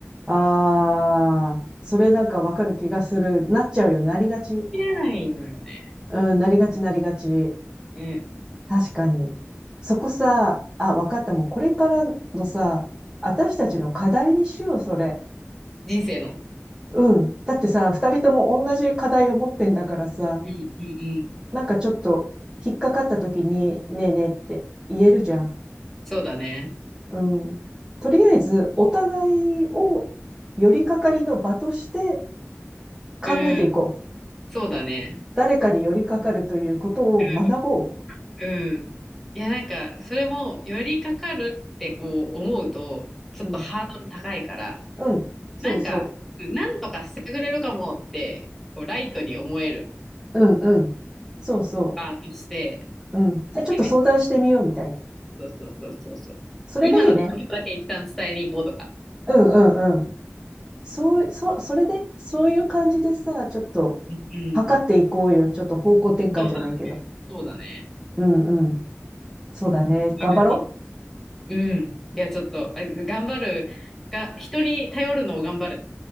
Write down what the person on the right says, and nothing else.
ああ、それなんかわかる気がする。なっちゃうよね。なりがち。
うん、なりがち、なりがち。
確かに。そこさ、あ、わかった。もうこれからのさ、私たちの課題にしよう、それ。
うん。だってさ、二人とも同じ課題を持ってんだからさ、
なんかちょっと引っかかった時に、ねえねえって言えるじゃん。
うん。とりあえず、お互いを寄りかかりの場として考えていこう。
誰かに寄りかかるということを学ぼ
う。うん。うん。そうそ
う。うんうん。そうそ
う。うん。じゃあちょっと相談してみようみたいな。
それがいいね。
うんうんうん。そう、そ、それで、そういう感じでさ、ちょっと
測っていこうよ。ちょっと方向転換じゃないけど。
うんうん。そうだね。
頑張ろ